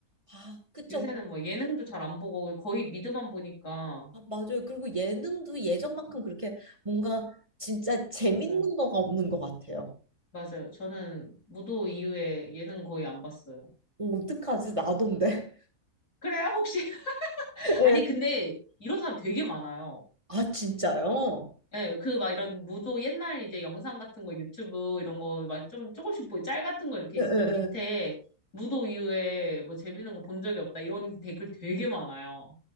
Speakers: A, on the right; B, on the left.
A: 아, 그쵸.
B: 요새는
A: 뭐,
B: 뭐 예능도 잘 안 보고 거의 미드만 보니까.
A: 아, 맞아요. 그리고 예능도 예전만큼 그렇게 뭔가 진짜 재밌는
B: 맞아요.
A: 거가 없는 것 같아요.
B: 맞아요. 저는 무도 이후에 예능 거의 안 봤어요.
A: 어, 어떡하지? 나돈데.
B: 그래요? 혹시? <laughs>
A: <laughs> 네.
B: 아니, 근데 이런 사람 되게 많아요.
A: 아, 진짜요?
B: 예, 그 막 이런 무도 옛날 이제 영상 같은 거 유튜브 이런 거 막 좀 조금씩 보이 짤 같은 거 이렇게
A: 네,
B: 있으면
A: 네,
B: 밑에
A: 네.
B: 무도 이후에 뭐 재밌는 거 본 적이 없다 이런 댓글 되게 많아요.